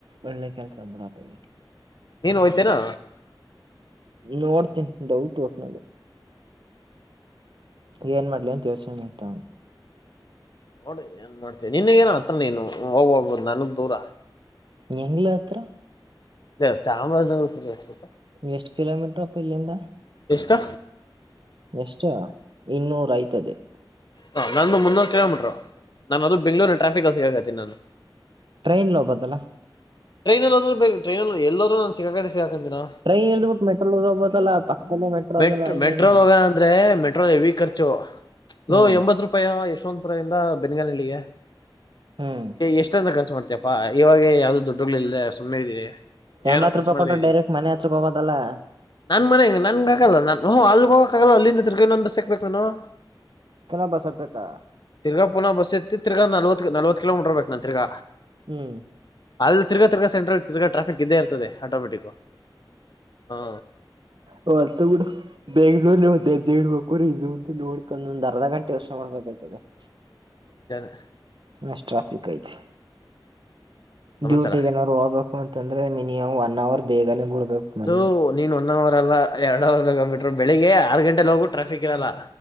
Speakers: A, on the right; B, on the left.
A: ಒಳ್ಳೆ ಕೆಲ್ಸ ಬಿಡತಗೆ.
B: ನೀನು ಹೋಯ್ತೇನು.
A: ನೋಡ್ತೀನಿ ಡೌಟ್ ಒಟ್ನಲ್ಲಿ. ಏನ್ ಮಾಡ್ಲಿ ಅಂತ ಯೋಚನೆ ಮಾಡ್ತಾವ್ನಿ.
B: ನೋಡಿ ಏನ್ ಮಾಡ್ತೀಯ ನಿನ್ಗೇನ ಹತ್ರ ನೀನು ಹೋಗ್ ಬರ್ಬೋದು ನನಿಗ್ ದೂರ.
A: ಹೆಂಗ್ಲ ಹತ್ರ.
B: ಹೇ ಚಾಮರಾಜನಗರಕ್ ಎಷ್ಟೊತ್ತೊ.
A: ಎಷ್ಟ ಕೀಲೋಮೀಟರಪ ಇಲ್ಲಿಂದ.
B: ಎಸ್ಟು.
A: ಎಷ್ಟು ಇನ್ನೂರು ಆಯ್ತದೆ.
B: ಹ ನಂದು ಮುನ್ನೂರು ಕಿಲೋಮೀಟರು ನಾನು ಅದು ಬೆಂಗ್ಳೂರ್ ಟ್ರಾಫಿಕ್ ಸಿಗತಿ ನಾನು.
A: ಟ್ರೈನ್ ಹೋಗ್ಬದಲ್ಲ.
B: ಟ್ರೈನಲ್ಲಾದರೂ ಬೇಕ ಟೈನ ಎಲ್ಲಾದರೂ ನು ಸಿಗಾಕಂಡೆ ಸಿಕಂತಿನೊ.
A: ಟ್ರೈನ್ ಇಲ್ದ್ಬಿಟ್ಟು ಮೆಟ್ರೋಲ್ ಹೋಗಬೋದಲ್ಲ ಪಕ್ಕದಲ್ಲಿ ಮೆಟ್ರೋ
B: ಮೆಟ್
A: ಅದಲ್ಲ ಇನ್ನೇನು
B: ಮೆಟ್ರೋ ಅಂದ್ರೆ ಮೆಟ್ರೋ ಹೆವಿ. ಖರ್ಚು
A: ಹ್ಮ್
B: ಲೋ ಎಂಬತ್ತು ರೂಪಾಯಿ ಯಶವಂತಪುರ ಇಂದ ಬೆನ್ಗನಳ್ಳಿಗೆ
A: ಹ್ಮ್
B: ಎಷ್ಟತ ಖರ್ಚು ಮಾಡ್ತಯ. ಹಾ ಇವಾಗ್ಲೆ ಯಾವ್ದೇ ದುಡ್ಡುಗಳಿಲ್ದೆ. ಸುಮ್ಮನೆ ಇದೀನಿ
A: ಎಂಬತ್
B: ಏನೋ ಖರ್ಚು
A: ರೂಪಾಯಿ
B: ಮಾಡ್ತಾ
A: ಕೊಟ್ರೆ
B: ಇದ್ದೀನಿ
A: ಡೈರೆಕ್ಟ್ ಮನೆ ಹತ್ರಗ್ ಹೋಗೋದಲ್ಲಾ
B: ನನ್ ಮನೆ ನನ್ಗ ಆಕಲ್ಲ ನಾನು ಅಲಗ ಹೋಗೋಕ್ಕಾಗಲ್ಲ ಅಲ್ಲಿಂದ ತಿರಗ ಇನೊಂದ ಬಸ್ ಸಿಕ್ಬೇಕು ನಾನು
A: ಪೂನ್ನ ಬಸ್ ಹತ್ತಬೇಕಾ
B: ತಿರ್ಗಾ ಪುನಃ ಬಸ್ಸತ್ತಿ ತಿರ್ಗಾ ನಲ್ವತ್ತ್ ನಲ್ವತ್ ಕಿಲೋಮೀಟರ್ ಹೊಗಬೇಕ ನಾನು ತಿರ್ಗ
A: ಹ್ಮ್
B: ಅಲ್ಲ ತಿರ್ಗಾ ತಿರ್ಗಾ ಸೆಂಟ್ರಲ್ ತಿರ್ಗಾ ಟ್ರಾಫಿಕ್ ಇದ್ದೇ ಇರ್ತದೆ ಆಟೋಮೆಟಿಕ್ ಹ
A: ಬೀಡು <unintelligible> ಬೆಂಗಳೂರಲ್ಲಿ ಒಂದ್ ಎಜ್ಜೆ ಇಡ್ಬೇಕುರ ಇಂದು ಮುಂದು ನೋಡ್ಕೊಂದೊ ಒಂದ್ ಅರ್ಧ ಗಂಟೆ ಯೋಚನೆ ಮಾಡ್ಬೇಕ್ತದೆ <inaudible>
B: ನಿಜಾನೆ
A: ಅಷ್ಟ್ ಟ್ರಾಫಿಕ್ ಐತಿ
B: ಸಮಾಚಾರ
A: ಡ್ಯೂಟಿಗ ಏನಾದ್ರು ಹೋಗ್ಬೇಕು ಅಂತಂದ್ರೆ ಮಿನಿಮಮ್ ಒನ ಅವರ್ ಬೇಗಾನೆ ಬಿಡ್ಬೇಕು ಮನೇಲಿ
B: ಅದು ನೀನ್ ಒನ ಅವರ್ ಅಲ್ಲ ಎರಡು ಅವರ್ ತಗೂಂಬಿಟ್ರು ಬೆಳಿಗ್ಗೆ ಆರು ಗಂಟೆಲ್ಲೋಗೂ ಟ್ರಾಫಿಕ್ ಇರಲ್ಲ